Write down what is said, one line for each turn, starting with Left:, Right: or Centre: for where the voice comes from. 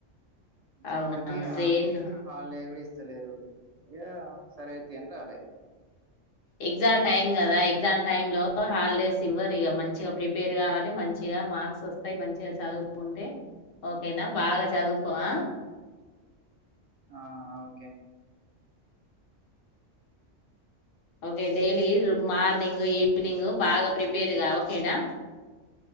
Right: కాబట్టి
Left: అవునవును ట్రైన్లు
Right: హాలిడే కూడా ఇస్తలేరు ఇక సరేతి అని రాలే
Left: ఎగ్జామ్ టైమ్ కదా ఎగ్జామ్ టైమ్లో హాలిడేస్ ఇవ్వరు ఇగ మంచిగా ప్రి పేర్ కావాలె మంచిగా మార్క్స్ వస్తాయి. మంచిగా చదువుకుంటే ఓకేనా బాగా చదువుకో ఆ
Right: ఆ okay.
Left: Okay daily morning, evening బాగా ప్రిపేర్గా ఓకేనా